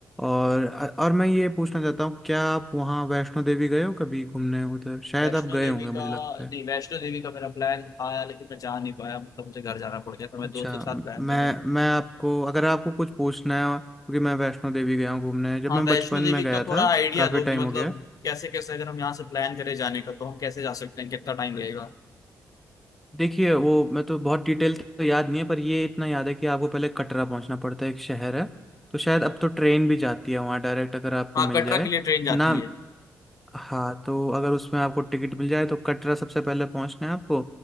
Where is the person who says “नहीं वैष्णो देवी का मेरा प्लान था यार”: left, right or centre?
Left